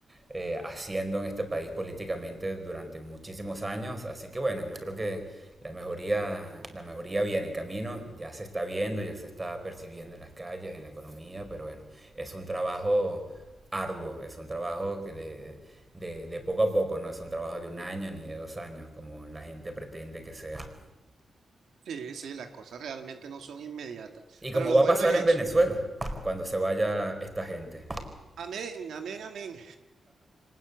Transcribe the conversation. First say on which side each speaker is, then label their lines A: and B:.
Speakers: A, on the right; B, on the right.
A: eh, haciendo en este país políticamente durante muchísimos años. Así que bueno, yo creo que la mejoría, la mejoría viene en camino, ya se está viendo, ya se está percibiendo en las calles, en la economía, pero bueno, es un trabajo arduo, es un trabajo que de, de, de poco a poco, no es un trabajo de un año ni de dos años, como la gente pretende que sea.
B: sí, sí, las cosas realmente no son inmediatas,
A: Y como
B: pero lo
A: va
B: bueno
A: a pasar
B: es
A: en Venezuela,
B: eso.
A: cuando se vaya esta gente.
B: Amén, amén, amén.